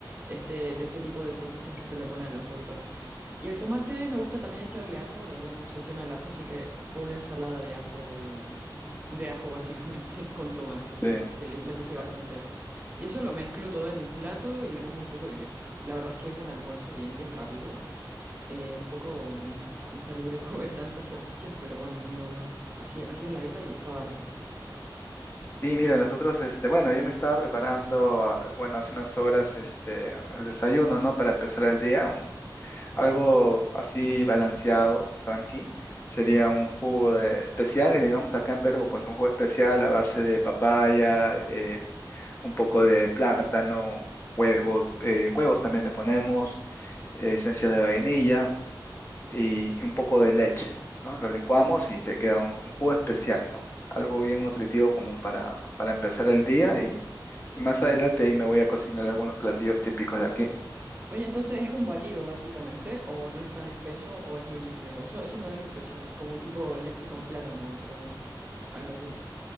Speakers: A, on the right (about 25°); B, on the left (about 30°).
A: este, de este tipo de salchichas que se le pone a los hot dogs. Y el tomate me gusta también echarle ajo, la verdad me obsesiona el ajo, así que fue una ensalada de ajo, eh, de ajo básicamente, <laughs> con tomate,
B: Sí.
A: que le, le puse
B: Ah,
A: bastante ajo. Y eso lo mezclo todo en un plato y le pongo un poco de ketchup. La verdad es que es un almuerzo bien, bien rápido, eh, un poco ins- insalubre <laughs> comer tantas salchichas, pero bueno, ni modo, así, así es la vida y estaba rico.
B: Sí, mira, nosotros, este, bueno, yo me estaba preparando, ah, bueno, hace unas horas, este, el desayuno, ¿no? Para empezar el día, un, algo así balanceado, tranqui. Sería un jugo de- especial, y le llamamos acá en Perú, pues un jugo especial a base de papaya, eh, un poco de plátano, huevos, eh, huevos también le ponemos, eh, esencia de vainilla y, y un poco de leche, ¿no? Lo licuamos y te queda un, un jugo especial, ¿no? Algo bien nutritivo como para, para empezar el día y, y más adelante ahí me voy a cocinar algunos platillos típicos de aquí.
A: Oye, entonces es un batido básicamente, o no es tan espeso o es muy líquido, eso, eso me da la impresión, como un tipo leche con plátano, pero algo así, ¿no?